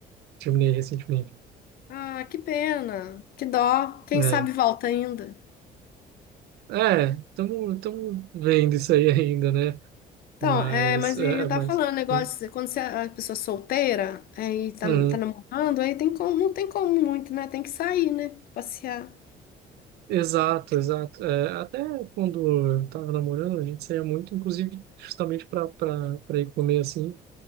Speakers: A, on the right (about 70°); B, on the left (about 60°).
A: terminei recentemente.
B: Ah, que pena, que dó. Quem
A: É,
B: sabe volta ainda.
A: é, estamos vendo isso aí <laughs> ainda, né?
B: Então,
A: Mas,
B: é, mas
A: é,
B: e eu
A: é,
B: tava
A: mas,
B: falando, negócio,
A: hum,
B: quando você é a pessoa solteira é, e tá,
A: hum,
B: tá namorando, aí tem como, não tem como muito, né? Tem que sair, né? Passear.
A: exato, exato. É, até quando eu estava namorando, a gente saía muito, inclusive, justamente para para ir comer assim,